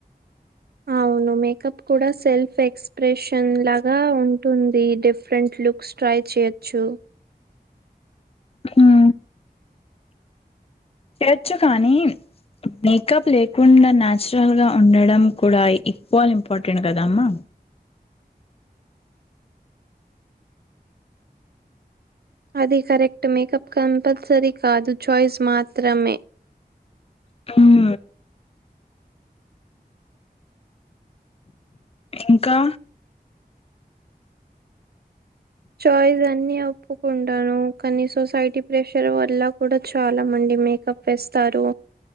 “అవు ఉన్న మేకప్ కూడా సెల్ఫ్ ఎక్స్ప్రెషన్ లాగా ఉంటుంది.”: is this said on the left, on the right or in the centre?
Right